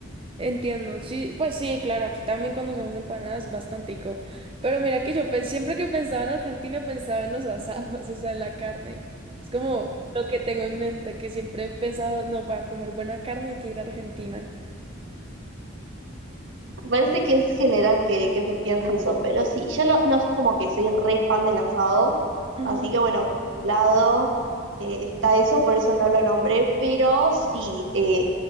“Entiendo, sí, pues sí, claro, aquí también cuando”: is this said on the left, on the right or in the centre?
Right